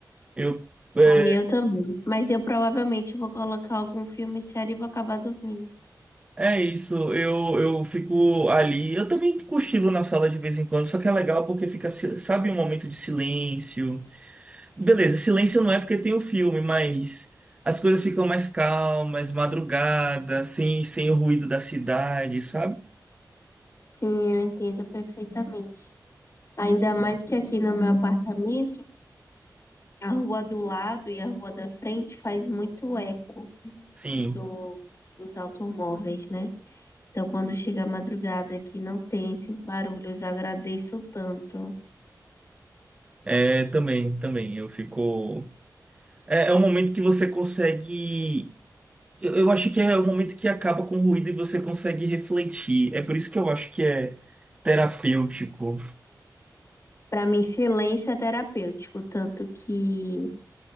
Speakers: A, on the right; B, on the left.
A: Eu é
B: E Eu também. Mas eu provavelmente vou colocar algum filme sério e vou acabar dormindo.
A: é isso, eu, eu fico ali. Eu também cochilo na sala de vez em quando, só que é legal porque fica, si- sabe, um momento de silêncio. Beleza, silêncio não é porque tem o filme, mas as coisas ficam mais calmas, madrugada, sem, sem o ruído da cidade, sabe?
B: Sim, eu entendo perfeitamente. Ainda mais que aqui no meu apartamento, a rua do lado e a rua da frente faz muito eco
A: Sim,
B: do, dos automóveis, né? Então, quando chega a madrugada que não tem esses barulhos, eu agradeço tanto.
A: é, também, também. Eu fico. É, é um momento que você consegue. Eu, eu acho que é o momento que acaba com o ruído e você consegue refletir. É por isso que eu acho que é terapêutico.
B: Para mim, silêncio é terapêutico, tanto que